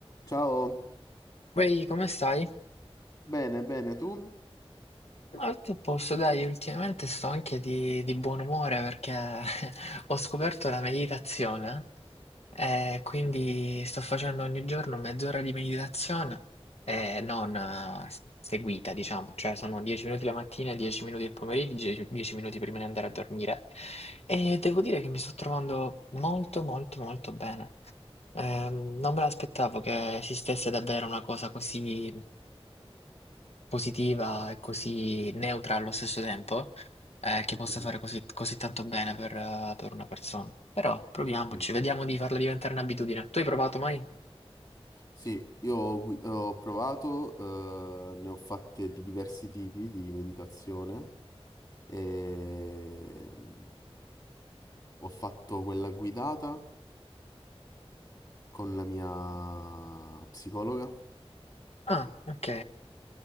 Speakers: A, on the left (about 40°); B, on the left (about 85°).
A: Ciao,
B: Vai, come stai?
A: bene, bene, tu?
B: Ma tutto a posto, dai, ultimamente sto anche di, di buon umore perché <laughs> ho scoperto la meditazione e quindi sto facendo ogni giorno mezz'ora di meditazione e non eh, s- seguita, diciamo, cioè sono 10 minuti la mattina, 10 minuti il pomeriggio, 10 10 minuti prima di andare a dormire e devo dire che mi sto trovando molto molto molto bene. Ehm, non me l'aspettavo che esistesse davvero una cosa così positiva e così neutra allo stesso tempo, eh, che
A: Ok,
B: possa fare così, così tanto bene per, eh, per una persona. Però proviamoci,
A: ok.
B: vediamo di farla diventare un'abitudine. Tu hai provato mai?
A: Sì, io ho, gui- ho provato, eh, ne ho fatte di diversi tipi di meditazione e mm, ho fatto quella guidata con la mia psicologa
B: Ah, ok.